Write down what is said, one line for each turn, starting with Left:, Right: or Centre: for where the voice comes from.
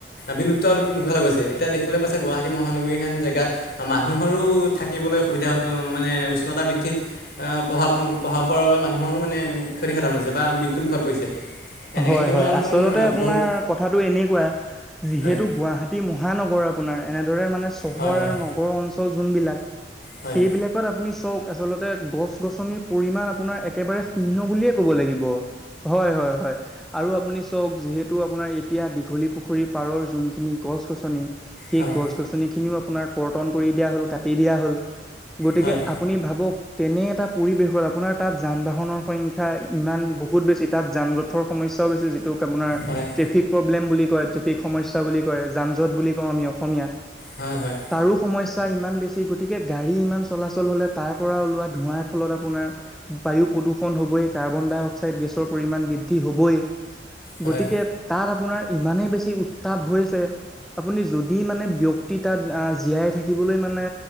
Left: বিলুপ্ত মুখলে গৈছে এতিয়া দেখিবলৈ পাইছে গুৱাহাটী মহানগৰীহেন জেগাত মানুহৰো থাকিবলৈ সুবিধা অ মানে উষ্ণতা বৃদ্ধিত এহ পঢ়াত পঢ়াৰ পৰা বাবে মানুহো মানে ক্ষতিসাধন হৈছে বা মৃত্যুমুখত পৰিছে এনেকৈ
Centre: হয়
Left: থাকিবলৈ
Centre: হয়
Left: হ'লে দেখোন
Centre: আচলতে আপোনাৰ
Left: বহুত
Centre: কথাটো এ তেনেকোৱা যিহেতু
Left: হয়
Centre: গুৱাহাটী মহানগৰ আপোনাৰ এনে মানে চহৰ
Left: হয় হয়
Centre: আৰু নগৰ অঞ্চল যোনবিলাক
Left: হয়
Centre: সেইবিলাকত আপুনি চক আচলতে গছ গছনিৰ পৰিমাণ আপোনাৰ একেবাৰে শূন্য বুলিয়ে ক'ব লাগিব হয় হয় হয় আৰু আপুনি চওক যিহেতু আপোনাৰ এতিয়া দীঘলী পুখুৰী পাৰৰ যোনখিনি গছ গছনি সেই
Left: হয়
Centre: গছ গছনি খিনিও আপোনাৰ কৰ্তন কৰি দিয়া হল কাটি দিয়া হল গতিকে
Left: হয়
Centre: আপুনি ভাবক তেনে এটা পৰিৱেশত আপোনাৰ তাত যান বাহনৰ সংখ্যা ইমান বহুত বেছি তাত যান জট যটৰ সমস্যা বেছি যিটো আপোনাৰ
Left: হয়
Centre: ট্ৰেফিক প্ৰব্লেম বুলি ট্ৰেফিক সমস্যা বুলি কয় যান যট বুলি কও আমি অসমীয়াত
Left: হয় হয় হয়
Centre: তাৰো সমস্যা তাৰ ইমান বেছি গতিকে গাড়ী ইমান চলাচল হলে তাৰ পৰা ওলোৱা ধোঁৱাৰ ফলত আপোনাৰ বায়ু প্ৰদূষণ হবই কাৰ্বন ডাই অক্সাইড গেছৰ পৰিমাণ বৃদ্ধি হবই
Left: হয়
Centre: গতিকে তাত আপোনাৰ ইমানে বেছি উত তাপ হৈছে আপোনি যদি মানে ব্যক্তি তাত জীয়াই থাকিব সকলোৱে মানে